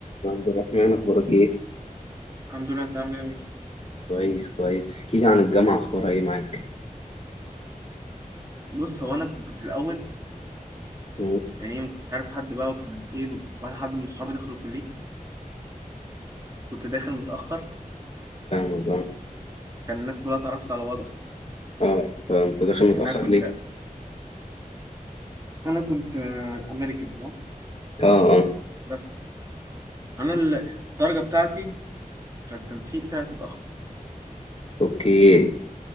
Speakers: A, on the left; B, on the right.
A: عبد الرحمن أخبارك إيه؟
B: الحمد لله انت عامل ايه يا أمير؟
A: كويس كويس احكي لي عن الجامعة أخبارها إيه معاك؟
B: بص هو انا كنت في الاول
A: مم،
B: يعني ايه ما كنتش عارف حد بقى وكانت ايه ولا حد من صحابي دخلوا كليتي كنت داخل متاخر
A: فاهمك أه
B: كان الناس كلها اتعرفت على بعض اصلا
A: أه أنت أنت داخل
B: يعني
A: متأخر
B: انا كنت
A: ليه؟
B: انا كنت آه، امريكان تمام
A: أه أه
B: بس انا ال- الدرجه بتاعتي بتاعت التنسيق طلعت متاخر
A: أوكي